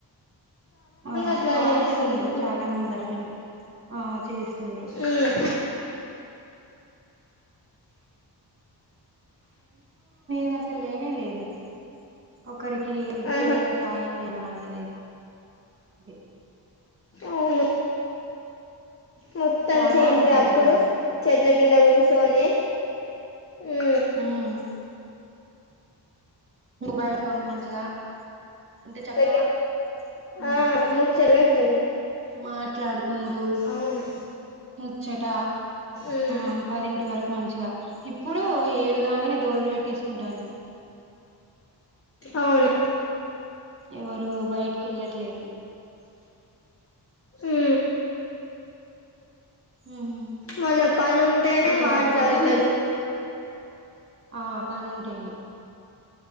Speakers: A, on the right; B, on the left.
A: ఆ
B: అట్లనే
A: స్వార్థం
B: చేస్తుండ్రు
A: ఉంది
B: ఇప్పుడు
A: రా చాలా మంది అట్లనే ఆ చేస్తుండ్రు
B: ఉమ్
A: ఇగ అసలు లేనే లేదు ఒకరికి హెల్ప్
B: ఆహా
A: చేయడం సహాయం చేయడం అనేది అయి డెత్
B: అవును మొత్తం
A: చాలా
B: చేంజ్
A: వరకు తగ్గిపోయింది
B: అప్పుడు చెట్ల కింద కూర్చొని ఊ
A: ఉమ్ నువ్ బయటోనివి మంచిగా ఎంత చక్కగా
B: సెటిల్
A: ఉమ్
B: ఆ ముచ్చట వెట్
A: మాట్లాడుకునుడు
B: అవును
A: ముచ్చట
B: ఉమ్
A: ఆ పదింటి వరకు మంచిగా ఇప్పుడు ఏడుగాంగనే డోర్లు పెట్టేసుకుంటండ్రు
B: అవును
A: ఎవరు బయటికి వెళ్ళట్లేదు
B: ఊ
A: ఉమ్
B: మళ్ళ పని ఉంటేనే
A: ఇగ
B: మాట్లాడతారు
A: పొద్దుందే ఆ పనుంటేనే